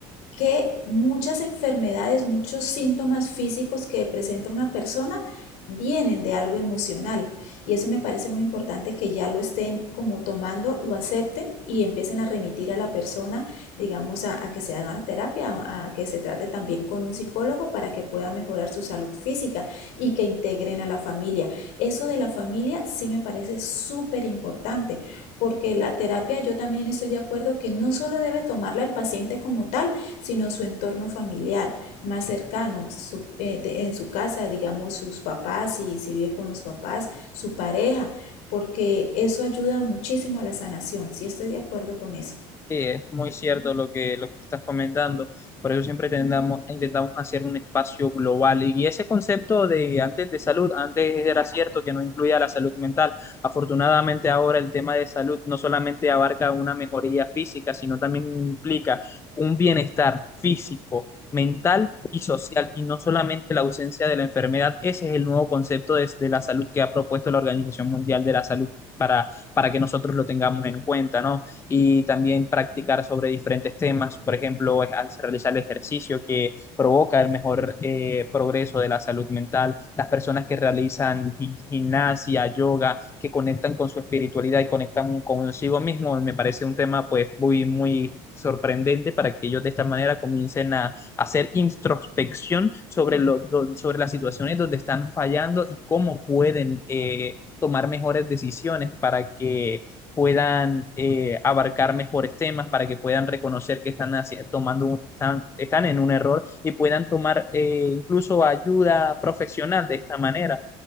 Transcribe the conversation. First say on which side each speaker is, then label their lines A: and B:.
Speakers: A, on the left; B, on the left.
A: que muchas enfermedades, muchos síntomas físicos que presenta una persona vienen de algo emocional. Y eso me parece muy importante que ya lo estén como tomando, lo acepten y empiecen a remitir a la persona, digamos, a, a que se haga terapia, a, a, que se trate también con un psicólogo para que pueda mejorar su salud física y que integren a la familia eso de la familia sí me parece súper importante, porque la terapia yo también estoy de acuerdo que no solo debe tomarla el paciente como tal, sino su entorno familiar más cercano, su, eh, de- en su casa, digamos, sus papás, si, si vive con los papás, su pareja, porque eso ayuda muchísimo a la sanación, sí estoy de acuerdo con eso.
B: Sí, es muy cierto lo que, lo que estás comentando. Por eso siempre tendamos- intentamos hacer un espacio global. Y ese concepto de antes de salud, antes era cierto que no incluía la salud mental. Afortunadamente ahora el tema de salud no solamente abarca una mejoría física, sino también implica un bienestar físico, mental y social, y no solamente la ausencia de la enfermedad. Ese es el nuevo concepto de, de la salud que ha propuesto la Organización Mundial de la Salud para, para que nosotros lo tengamos en cuenta, ¿no? y también practicar sobre diferentes temas, por ejemplo, es al realizar el ejercicio que provoca el mejor eh, progreso de la salud mental, las personas que realizan gi- gimnasia, yoga, que conectan con su espiritualidad y conectan consigo mismo, me parece un tema pues muy, muy sorprendente para que ellos de esta manera comiencen a hacer introspección sobre, lo, do- sobre las situaciones donde están fallando y cómo pueden eh, tomar mejores decisiones para que puedan eh, abarcar mejores temas, para que puedan reconocer que están haci- tomando un- están, están en un error y puedan tomar eh, incluso ayuda profesional de esta manera.